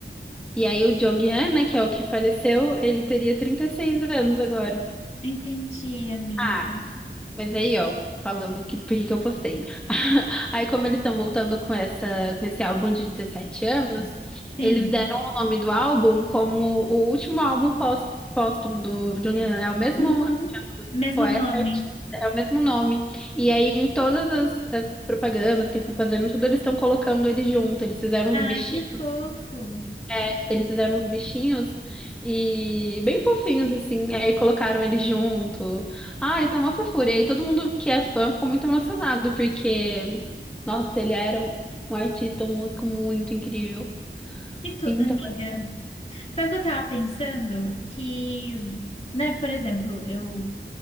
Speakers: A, in the centre; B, on the left.
A: e aí o Jonghyun, né, que é o que faleceu, ele teria 36 anos agora.
B: Entendi, amiga.
A: Ah, mas aí, ó, falando que por que que eu postei. <laughs> Aí, como eles estão voltando com essa, com esse álbum de 17 anos,
B: Sim.
A: eles deram o nome do álbum como o último álbum pós, póstumo do Jonghyun. né? É o mesmo
B: Uhum, mesmo
A: Poeta
B: nome.
A: e artista, é o mesmo nome. E aí, em todas as, as propagandas que eles estão fazendo, tudo eles estão colocando ele junto. Eles fizeram uns
B: Ai,
A: bichinhos,
B: que fofo.
A: é, eles fizeram uns bichinhos e bem fofinhos, assim. E Aí colocaram ele junto. Ai, tá uma fofura. E aí todo mundo que é fã ficou muito emocionado, porque, nossa, ele era um um artista, um músico muito incrível.
B: E tudo,
A: Então,
B: amiga.
A: é,
B: Sabe o que eu tava pensando? Que, né, por exemplo, eu